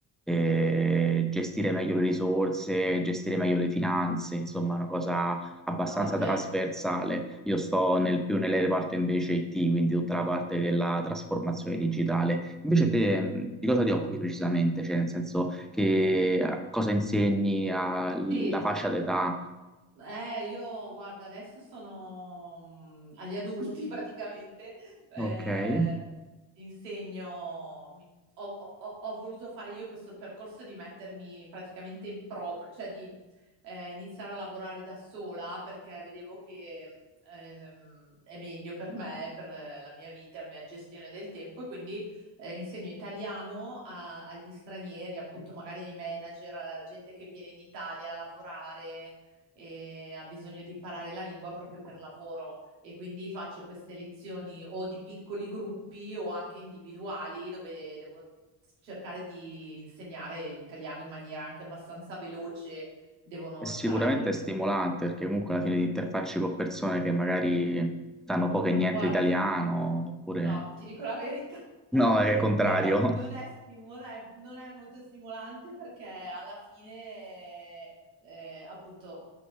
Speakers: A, in the centre; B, on the right.
A: eh, gestire meglio le risorse, gestire meglio le finanze, insomma, una cosa abbastanza
B: Ah, ok.
A: trasversale. Io sto nel, più nel reparto invece IT, quindi tutta la parte della trasformazione digitale Invece te mh, di cosa ti occupi precisamente? Cioè, nel senso che eh, cosa insegni alla
B: Sì.
A: fascia d'età?
B: Eh, io guarda, adesso sono mm, agli adulti <laughs> praticamente, eh,
A: Ok. E
B: insegno, mi- ho, ho- ho- ho voluto fare io questo percorso di mettermi praticamente in proprio, cioè di eh, iniziare a lavorare da sola perché vedevo che ehm, è meglio per me, per eh, la mia vita, la mia gestione del tempo e quindi eh, insegno italiano a- agli stranieri, appunto magari ai manager, alla gente che viene in Italia a lavorare e ha bisogno di imparare la lingua proprio per lavoro e quindi faccio queste lezioni o di piccoli gruppi o anche individuali dove devo cercare di insegnare l'italiano in maniera anche abbastanza veloce, devono
A: sicuramente
B: impararlo. in-
A: è stimolante perché comunque alla fine ti interfacci con persone che magari sanno poco
B: Ma
A: e niente
B: guarda,
A: italiano, oppure
B: no, ti dico la verità.
A: no,
B: <laughs>
A: è il contrario,
B: È una- non è stimo- non è- non è molto stimolante perché alla fine, eh, appunto,